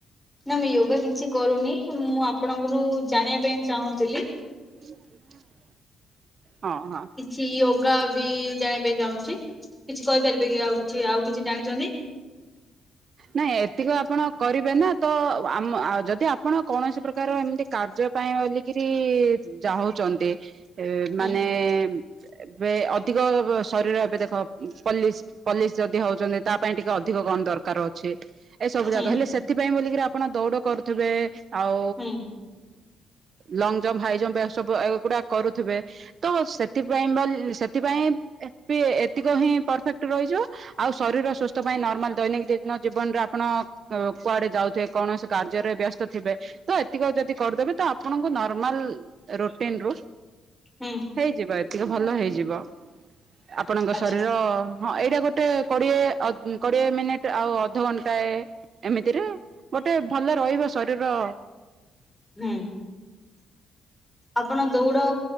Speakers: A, in the centre; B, on the right.
A: ନା ମୁଁ ୟୋଗା କିଛି କରୁନି ମୁଁ ଆପଣଙ୍କରୁ ଜାଣିବା ପାଇଁ ଚାହୁଁଥିଲି
B: <inaudible> ହଁ ହଁ।
A: କି ୟୋଗା ବି ଜାଣିବା ପାଇଁ ଚାହୁଁଛି କିଛି କହିପାରିବେ କି ଆଉ କିଛି ଆଉ କିଛି ଜାଣିଛନ୍ତି?
B: ନାଇଁ ଏତିକ ଆପଣ କରିବେ ନା ତ ଆମ ଆଉ ଯଦି ଆପଣ କୌଣସି ପ୍ରକାର ଏମିତି କାର୍ଯ୍ୟ ପାଇଁ ବୋଲିକରି ଯାହୁଛନ୍ତି
A: ହୁଁ
B: ମାନେ ଏବେ ଅଧିକ ଶରୀର ଏବେ ଦେଖ ପଲିସ୍ ପଲିସ୍ ଯଦି ହଉଛନ୍ତି ତା ପାଇଁ ଟିକେ ଅଧିକ କଣ ଦରକାର ଉଛି ଏ ସବୁ
A: ହୁଁ
B: ଜାଗ ହେଲେ ସେଥିପାଇଁ ବୋଲିକିରି ଆପଣ ଦୌଡ କରୁଥିବେ ଆଉ
A: ହୁଁ
B: ଲଙ୍ଗ ଜମ୍ପ ହାଇ ଜମ୍ପ ଏସବୁ ଏଗୁଡା କରୁଥିବେ ତ ସେଥିପାଇଁ ବା ଲ ସେଥିପାଇଁ ଏପି ଏତିକ ହିଁ ପରଫେକ୍ଟ ରହିଯିବ ଆଉ ଶରୀର ସୁସ୍ଥ ପାଇଁ ନମାଲ ଦୈିନିକ୍ ଦେ ଆଣଙ୍କ ଜୀବନରେ ଆପଣ କୁଆଡେ ଯାଉଥିବେ କୌଣସି କାର୍ଯ୍ୟରେ ବ୍ୟସ୍ତ ଥିବେ ତ ଏତିକ ଯଦି କରିଦେବେ ତ ଆପଣଙ୍କୁ ନର୍ମାଲ ରୁଟିନ ରୁ
A: ହୁଁ।
B: ହେଇଯିବ ଏତିକ ଭଲ ହେଇଯିବ ଆପଣଙ୍କ
A: ଆଚ୍ଛା।
B: ଶରୀର ହଁ ଏଇଟା ଗୋଟେ କୋଡିଏ ଆ କୋଡିଏ ମିନିଟ ଟେ ଆଉ ଅଧଘଣ୍ଟାଏ ଏମିତିରେ ଗୋଟେ ଭଲ ରହିବ ଶରୀର
A: ହୁଁ। ଆପଣ ଦୌଡ଼